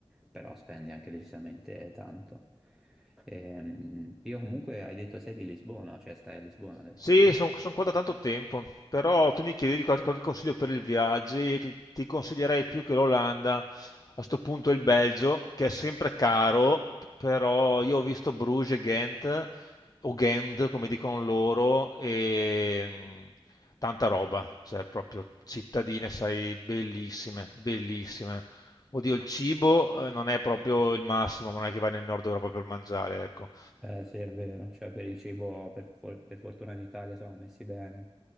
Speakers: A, in the centre; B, on the left (about 40°).
A: però spendi anche decisamente tanto. Ehm, io comunque hai detto sei di Lisbona, cioè stai a Lisbona adesso
B: Sì,
A: tu?
B: sono qua da tanto tempo, però tu mi chiedevi qual- qualche consiglio per il viaggio e ti, ti consiglierei più che l'Olanda, a sto punto il Belgio, che è sempre caro, però io ho visto Bruges e Ghent, o Ghent come dicono loro, e mm, tanta roba, cioè proprio cittadine, sai, bellissime, bellissime. Oddio, il cibo eh, non è proprio il massimo, ma non è che vai nel nord Europa per mangiare, ecco.
A: Eh sì, è vero, cioè per il cibo per, for- per fortuna in Italia siamo messi bene,